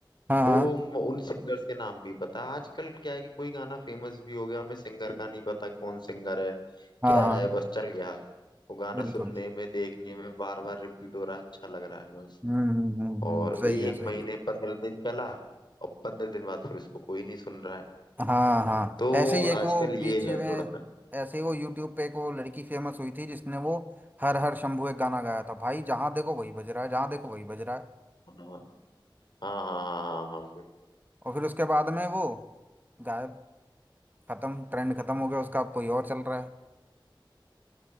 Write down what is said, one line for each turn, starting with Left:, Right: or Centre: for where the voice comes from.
Right: हाँ हाँ
Left: तो म- उन सिंगर्स के नाम भी पता है आजकल क्या है कि कोई गाना फेमस भी हो गया हमें सिंगर का नहीं पता कौन सिंगर है
Right: हाँ
Left: क्या
Right: हाँ
Left: है बस चल गया वो गाना
Right: बिल्कुल
Left: सुनने में देखने में बार बार रिपीट हो रहा है अच्छा लग रहा है बस
Right: हम्म हम्म हम्म
Left: और
Right: हम्म,
Left: एक
Right: सही है सही
Left: महीने
Right: है
Left: पंद्रह दिन चला और पंद्रह दिन बाद फिर उसको कोई नहीं सुन रहा है
Right: हाँ हाँ
Left: तो
Right: ऐसे ही
Left: आजकल
Right: एक वो बीच
Left: ये
Right: में
Left: है थोड़ा सा
Right: ऐसे ही वो यूट्यूब पे एक वो लड़की फेमस हुई थी जिसने वो हर हर शंभू एक गाना गाया था भाई जहाँ देखो वही बज रहा है जहाँ देखो वही बज रहा है
Left: हाँ हाँ हाँ हाँ हाँ हाँ बिल्कुल
Right: और फिर उसके बाद में वो गायब खत्म ट्रेंड खत्म हो गया उसका अब कोई और चल रहा है